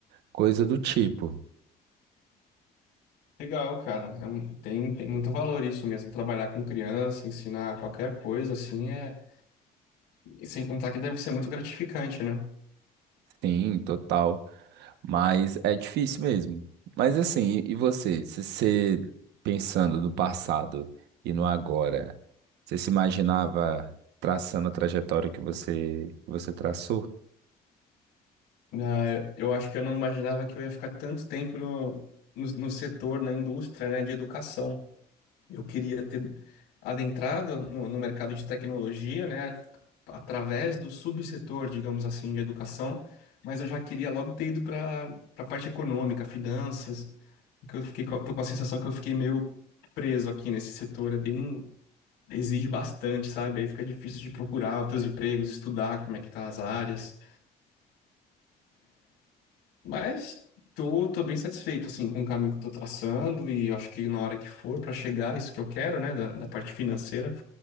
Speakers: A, on the right; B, on the left.
A: coisa do tipo.
B: Legal, cara. É um- tem, tem muito valor isso mesmo. Trabalhar com criança, ensinar qualquer coisa, assim, é. e Sem contar que deve ser muito gratificante, né?
A: Sim, total. Mas é difícil mesmo. Mas assim, e e você? Se você pensando no passado e no agora, você se imaginava traçando a trajetória que você, que você traçou?
B: Ah, eu acho que eu não imaginava que eu ia ficar tanto tempo no, no, no setor, na indústria, né, de educação. Eu queria ter adentrado no, no mercado de tecnologia, né, através do subsetor, digamos assim, de educação, mas eu já queria logo ter ido para a parte econômica, finanças, que eu fiquei, com- tô com a sensação que eu fiquei meio preso aqui nesse setor, é bem, exige bastante, sabe? Aí fica difícil de procurar outros empregos, estudar como é que tá as áreas. Mas tô, tô bem satisfeito, assim, com o caminho que eu tô traçando e eu acho que na hora que for pra chegar isso que eu quero, né, da, da parte financeira,